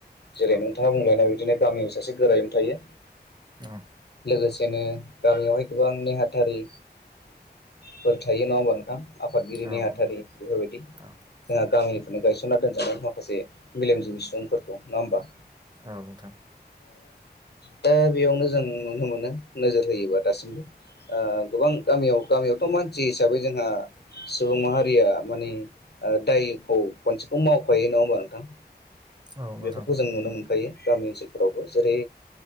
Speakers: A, on the left; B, on the right.
A: जेरै
B: औ
A: नोंथाङा बुंलांनाय बादिनो गामियाव सासे गोरायुं थायो।
B: औ
A: लोगोसेनो गामियावहाय गोबां नेहाथारि ब थायो न' बा नोंथां-' आफादगिरि
B: औ
A: नेहाथारि
B: नोंथां
A: बेफोरबायदि जोंहा
B: औ
A: गामिनिफ्रायनो गायसनना दोनजानाय माखासे मेलेमजिबि सुबुंफोरखौ नंङा होमबा
B: औ नोंथां
A: दा बेयावनो जों नुनो मोनो नोजोर होयोबा दासिमबो गोबां गामियाव गामियावथ' मानसि हिसाबै जोंहा सुबुं माहारिया माने दायखौ खनसेखौ मावखायो नंङा होमबा नोंथां।
B: औ नोंथां
A: बेफोरखौ जों नुनो मोनखायो गामि ओनसोलफोरावबो जेरै